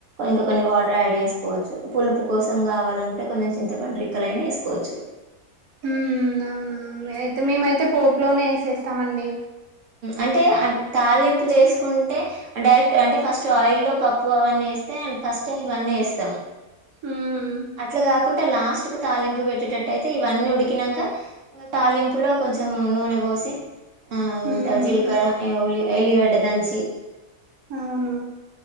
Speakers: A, on the right; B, on the right.
A: ఇంక కొన్ని వాటర్ యాడ్ చేసుకోవచ్చు పులుపు కోసం కావాలంటే కొంచెం చింతపండు రెక్కలు అయినా వేసుకోవచ్చు
B: ఉమ్ అవునవును
A: ఇక
B: అయితే
A: కానీ
B: మేమైతే పోపులోనే వేసేస్తామండి
A: అంటే తాళింపు చేసుకుంటే డైరెక్ట్ అంటే ఫస్ట్ ఆయిల్లో పప్పు అవన్నీ వేస్తే ఫస్ట్ టైం ఇవన్నీ ఏస్తాము
B: హుమ్
A: అట్లా కాకుంటే లాస్ట్ కు తాలింపు పెట్టేటట్టయితే ఇవన్నీ ఉడికి కినంక తాలింపులో కొంచెం నూనె పోసి ఆ
B: ఉమ్
A: ఇంత జీలకర్ర ఉల్లి ఎలిగడ్డ దంచి
B: అవును